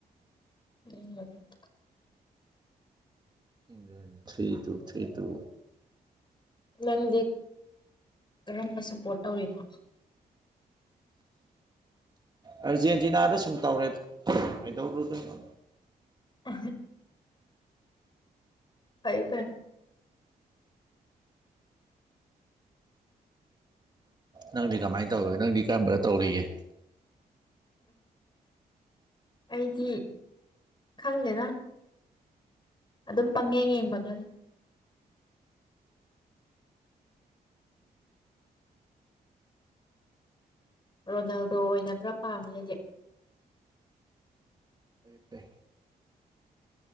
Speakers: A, on the left; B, on the right.
A: ꯎꯝ
B: ꯏ ꯊ꯭ꯔꯤ ꯇꯨ ꯊ꯭ꯔꯤ ꯇꯨ
A: ꯅꯪꯗꯤ ꯀꯔꯝꯕ ꯁꯞꯄꯣꯔꯠ ꯇꯧꯔꯤꯅꯣ
B: ꯑꯔꯖꯦꯟꯇꯤꯅꯥꯗ ꯁꯨꯝ ꯇꯧꯔꯦ ꯀꯩꯗꯧꯔꯨꯗꯣꯏꯅꯣ
A: ꯑ ꯍꯥꯏꯥꯏꯗ
B: ꯅꯪꯗꯤ ꯀꯃꯥꯏꯅ ꯇꯧꯋꯒꯦ ꯅꯪꯗꯤ ꯀꯔꯝꯕꯅ ꯇꯧꯔꯤꯒꯦ
A: ꯑꯩꯗꯤ ꯈꯪꯗꯦꯅ ꯑꯗꯨꯝ ꯄꯪꯉꯦ ꯌꯦꯡꯕꯒ ꯔꯣꯅꯥꯜꯗꯣ ꯑꯣꯏꯅ ꯈꯔ ꯄꯥꯝꯃꯤ ꯍꯧꯖꯤꯛ
B: ꯍꯄꯦ